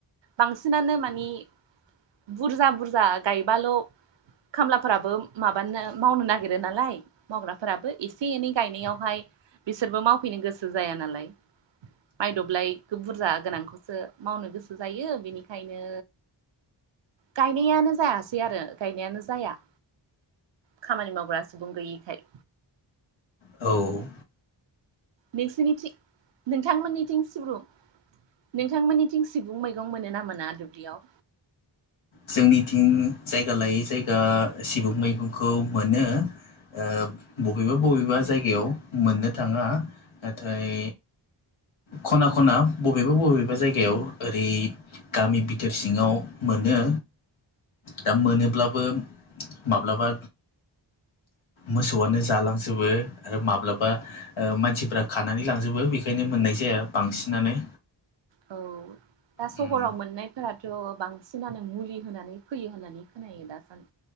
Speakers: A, on the right; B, on the left.
A: बांसिनानो मानि बुरजा बुरजा गायबाल' खामलाफोराबो माबानो मावनो नागिरो नालाय मावग्राफोराबो एसे एनै गायनायावहाय बिसोरबो मावफैनो गोसो जाया नालाय मायदब्लायखौ बुरजा गोनांखौसो मावनो गोसो जायो बेनिखायनो गायनायानो जायासै आरो गायनायानो जाया खामानि मावग्रा सुबुं गैयिखाय।
B: औ।
A: नोंसिरनिथिं नोंथांमोननिथिं सिब्रु नोंथांमोननिथिं सिगुं मैगं मोनो ना मोना दुब्लियाव
B: जोंनिथिं जायगा लायै जायगा सिबुं मैगंखौ मोनो ओ बबेबा बबेबा जायगायाव मोननो थाङा नाथाय खना खना बबेबा बबेबा जायगायाव ओरै गामि बिथोर सिङाव मोनो दा मोनोब्लाबो माब्लाबा मोसौआनो जालांजोबो आरो माब्लाबा ओ मानसिफ्रा खानानै लांजोबो बेखायनो मोननाय जाया बांसिनानो
A: औ दा सहराव
B: उम
A: मोननायफोराथ' बांसिनानो मुलि होनानै फैयो होननानै खोनायो दासान